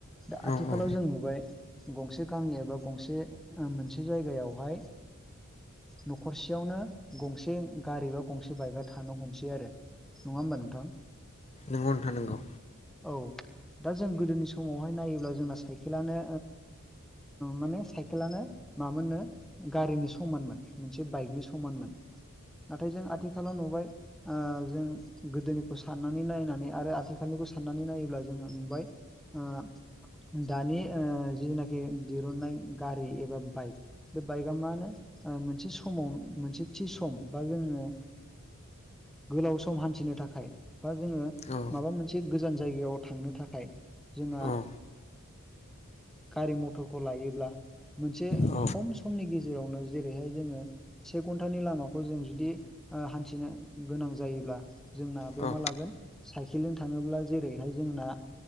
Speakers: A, in the centre; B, on the left.
A: दा
B: औ
A: आथिखालाव
B: औ
A: जों नुबाय गंसे गामि एबा गंसे मोनसे जायगायावहाय न'खरसेयावनो गंसे गारि बा गंसे बाइकआ थानो हमसै आरो नङा होमबा नोंथां
B: नोंगौ नोंथां नांगौ
A: औ दा जों गोदोनि समावहाय नायोब्ला जोंना साइकेलानो माने साइकेलानो मामोननो गारिनि समानमोन मोनसे बाइकनि समानमोन नाथाय जों आथिखालाव नुबाय जों गोदोनिखौ साननानै नायनानै आरो आथिखालनिखौ साननानै नायोब्ला जोङो नुबाय आ दानि जिनाखि दिरुननाय गारि एबा बाइक बे बाइकआ मानो मोनसे समाव मोनसे थि सम बा जोङो गोलाव सम हान्थिनो थाखाय बा जोङो
B: औ
A: माबा मोनसे गोजान जायगायाव थांनो थाखाय जोंहा
B: औ
A: गारि मथरखौ लायोब्ला मोनसे
B: औ
A: खम समनि गेजेरावनो जेरैहाय जोङो से घन्टानि लामाखौ जों जुदि हान्थिनो गोनां जायोब्ला जोंना बेयाव
B: औ
A: मा लागोन साइकेलजों थाङोब्ला जेरैहाय जोंना